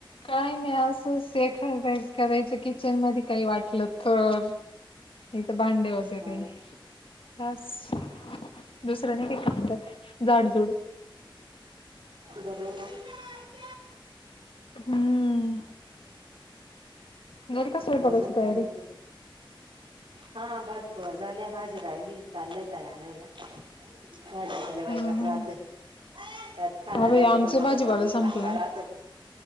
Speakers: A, on the left; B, on the right.
A: काय नाही असंच एखाद्या वेळेस करायचे किचन मध्ये काही वाटलं तर. नाही तर भांडे वगैरे...
B: हा ना
A: असं दुसर नाही काय काम करत झाडं झुड.
B: बरं ये मग
A: हम्म झाली का स्वयंपाकाची
B: अजून काय
A: तयारी?
B: म्हणते? हा भात पोळ्या झाल्या भाजी राहिली चालल्या ताई आणायला. भाजीचा लय वैताग
A: हा हा
B: राहतोय त्यात... खाणा
A: हा बाई
B: ऱ्यांच्या
A: आमचा
B: तर मोठा
A: भाजीपाला
B: तोंडाला
A: संपलाय
B: चटका राहतो.